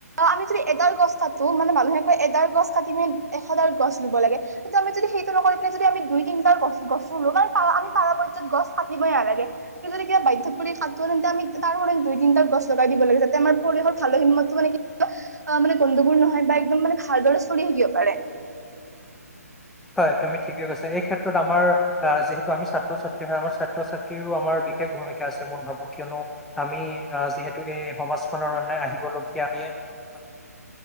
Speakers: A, on the right; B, in the centre.
A: আমি যদি এডাল গছ কাটো মানে মানুহে কয় এডাল গছ কাটি পিনে এশডাল গছ ৰোব লাগে কিন্তু আমি যদি সেইটো নকৰি পিনে যদি আমি দুই তিনটাৰ গছ গছো ৰোমেই পাও আমি পাৰা পৰ্যায় গছ কাটিবই নালাগে কিন্ত যদি কিবা বাধ্যত পৰি তাত তে আমি তাৰ দুই তিনিটা গছ লগাই দিব লাগে যাতে আম পৰিয়ৰ ভাল সীমতটো মানে অ মানে গণ্ডগোল নহয় বা একদম মানে ভালদৰে চলি থাকিব পাৰে
B: হয় তুমি ঠিকে কৈছা এই ক্ষেত্ৰত আমাৰ আহ যিহেতু আমি ছাত্ৰ ছাত্ৰী হয় আমাৰ ছাত্ৰ ছাত্ৰীৰো আমাৰ বিশেষ ভূমিকা আছে মই ভাবো কিয়নো আমি আহ যিহেতু এই সমাজখনৰ অন আহিবলগীয়া আমিয়ে মানে